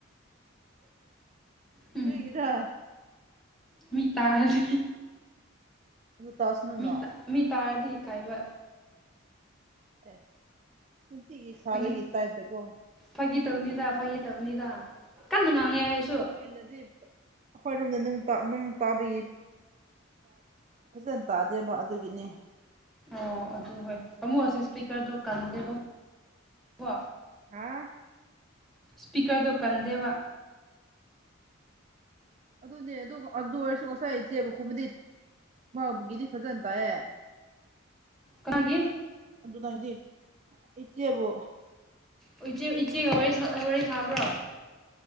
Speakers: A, in the centre; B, on the right (about 35°).
A: ꯎꯝ
B: ꯀꯔꯤꯒꯤꯔꯥ
A: ꯃꯤ ꯇꯥꯔꯗꯤ
B: ꯑꯗꯨ ꯇꯁꯥꯅꯨꯅ
A: ꯃꯤ ꯃꯤ ꯇꯥꯔꯗꯤ ꯏꯀꯥꯏꯕ
B: ꯑꯦꯁ ꯅꯨꯡꯇꯤꯒꯤ ꯁꯥꯗꯨꯏꯒꯤ
A: ꯐꯥꯒꯤ
B: ꯇꯥꯞꯇꯥ ꯀꯣ
A: ꯐꯥꯒꯤ ꯇꯧꯅꯤꯗ ꯐꯥꯒꯤ ꯇꯧꯅꯤꯗ ꯀꯟꯅ ꯉꯥꯡꯉꯦ ꯑꯩ
B: ꯑꯗꫭ ꯑꯩꯅꯗꯤ ꯑꯩꯈꯣꯏꯔꯣꯝꯗ ꯅꯨꯡ ꯇꯥ ꯅꯨꯡ ꯇꯥꯕꯤꯒꯤ ꯐꯖꯅ ꯇꯥꯗꯦꯕ ꯑꯗꯨꯒꯤꯅꯦ
A: ꯑꯣ ꯑꯗꯨ ꯍꯣꯏ ꯑꯃꯨꯛ ꯑꯁꯤ ꯏꯁꯄꯤꯀꯔꯗꯣ ꯀꯟꯗꯦꯕ <unintelligible> ꯀꯣ
B: ꯍꯥꯥ
A: ꯁ꯭ꯄꯤꯀꯔꯗꯣ ꯀꯟꯗꯦꯕ
B: ꯑꯗꯨꯅꯦ ꯑꯗꯨ ꯑꯗꯨ ꯑꯣꯏꯔꯁꯨ ꯉꯁꯥꯏ ꯏꯆꯦꯕ ꯈꯨꯝꯕꯗꯤ ꯃꯥꯡꯕꯒꯤꯗꯤ ꯐꯖꯅ ꯇꯥꯏꯑꯦ
A: ꯀꯅꯥꯒꯤ
B: ꯑꯗꯨꯗꯩꯗꯤ ꯏꯆꯦꯕꯨ
A: ꯑꫭ ꯏꯆꯦ ꯏꯆꯦꯒ ꯋꯥꯔꯤ ꯋꯥꯔꯤ ꯁꯥꯕ꯭ꯔꯣ